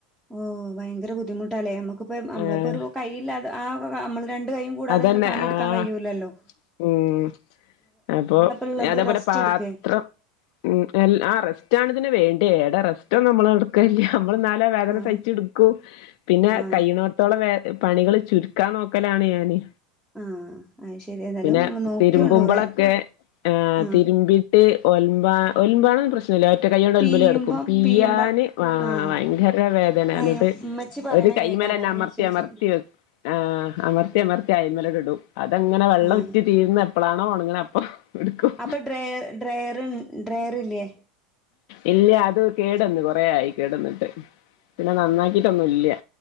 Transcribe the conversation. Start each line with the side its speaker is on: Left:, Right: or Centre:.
Centre: ഓ, ഭയങ്കര, ബുദ്ധിമുട്ടാല്ലേ, നമ്മുക്കിപ്പ, നമ്മളിപ്പോ,
Left: ഏഹ്
Centre: ഒരു, കൈയില്ലാത, ആ, നമ്മള്, ര ണ്ട് കൈയും, കൂടാതെ,
Left: അതന്നെ
Centre: പണി,
Left: ആഹ്
Centre: ഇട്ക്കാൻകയ്യൂല്ലല്ലോ.
Left: ഉം, അപ്പൊ,
Centre: ഉള്ളത്
Left: അതേപോലെ,
Centre: റെസ്റ്റ്
Left: പാത്രം
Centre: എടുക്കേ
Left: ഉം, എൽ, ആ, റെസ്റ്റാണ്ത്ന്, വേണ്ടേ, ഏടെ, റെസ്റ്റൊന്നും, മ്മള് എടക്കെലില്ല. മ്മള്, ന്നാലും, ആ, വേദന,
Centre: ആഹ്
Left: സഹിച്ചിട്ക്കും, പിന്നെ,
Centre: ആഹ്
Left: കയ്യ്ണോട്ത്തോളം, വേ പണികള്, ചുരുക്കാൻ, നോക്കലാണ്, ഞാന്
Centre: ആഹ് അത് ശരി ഏതായാലും
Left: പിന്നെ,
Centre: നോക്കിയോണ്ടു
Left: തിരുമ്പുമ്പളൊക്കെ,
Centre: വേ
Left: ഏ,
Centre: ആഹ്
Left: തിരുമ്പി ട്ട്, ഒൽമ്പാ, ഒൽമ്പാനൊന്നും, പ്രശ്നല്ലാ റ്റ കയ്യോണ്ട്,
Centre: പീയുമ്പം
Left: ഒൽമ്പല്ടക്കും, പിയ്യാന്,
Centre: പീയുമ്പ
Left: വ,
Centre: ആഹ്
Left: വയ്യെങ്കര, വേദനേണ്ത്,
Centre: ഏഹ് ഉമ്മച്ചി പറയണ
Left: ഒര്, കൈമ്മെ
Centre: കേക്കാ
Left: ലെന്നെ,
Centre: അതാ
Left: അമർത്തി,
Centre: ഞാൻ ചോദിച്ചേ
Left: അമർത്തിവെക്, ഏ അമർത്തി, അമർത്തി, അയ്മലണ്ട് ഇടും, അതങ്ങനെ, വെള്ളം
Centre: ആഹ്
Left: ഉറ്റി, തീർന്ന്, എപ്പളാണോണങ്ങനെ, അപ്പൊ എടുക്കും
Centre: അപ്പൊ, ഡ്ര, ഡ്രയർ, ഡ്രയറില്ലയേ
Left: ഇല്ല, അത് കേടന്ന്, കൊറെ ആയി, കേടന്നിട്ട്, പിന്നെ, നന്നാക്കിട്ടൊന്നുംല്ല